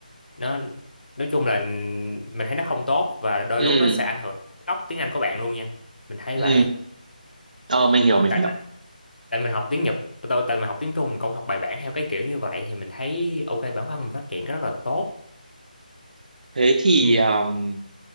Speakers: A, on the left; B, on the right.
A: nó nói chung là mình thấy nó không tốt và đôi
B: ừ
A: lúc nó sẽ ảnh hưởng đến gốc tiếng Anh của bạn luôn nha mình thấy
B: ừ
A: vậy
B: ờ mình hiểu mình
A: tại
B: hiểu
A: tại mình học tiếng Nhật tôi tại mình học tiếng Trung mình cũng học bài bản theo cái kiểu như vậy thì mình thấy ok bản thân mình phát triển rất là tốt
B: thế thì
A: ừ.
B: um,